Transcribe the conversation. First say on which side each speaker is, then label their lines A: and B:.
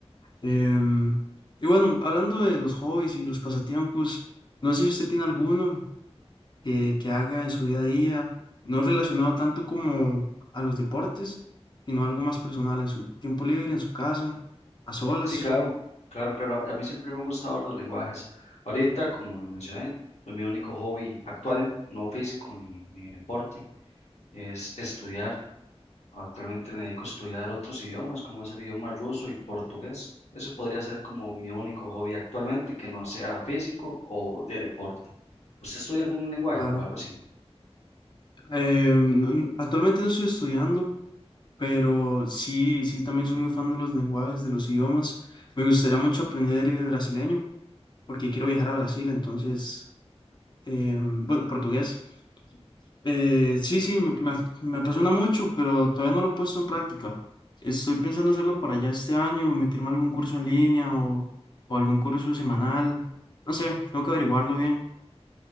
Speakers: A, on the left; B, on the left.
A: Em, y bueno, hablando de los hobbies y los pasatiempos, no sé si usted tiene alguno eh, que haga en su día a día, no relacionado tanto como a los deportes, sino algo más personal en su tiempo libre, en su casa, a solas,
B: Sí, claro, claro, claro. A mí siempre me han gustado los lenguajes. Ahorita, como le mencioné, pues, mi único hobby actual, no físico ni, ni deporte, es estudiar. Actualmente me dedico a estudiar otros idiomas, como es el idioma ruso y portugués. Eso podría ser como mi único hobby actualmente, que no sea físico o de deporte. ¿Usted estudia algún lenguaje
A: claro.
B: o algo así?
A: Eh, no- no- actualmente no estoy estudiando, pero sí, sí, también soy muy fan de los lenguajes, de los idiomas. Me gustaría mucho aprender eh, brasileño, porque quiero viajar a Brasil, entonces, eh, bueno, portugués. Eh, sí, sí, me, me af- me apasiona mucho, pero todavía no lo he puesto en práctica. Estoy pensando hacerlo para ya este año, meterme a algún curso en línea o, o algún curso semanal. No sé, tengo que averiguarlo bien.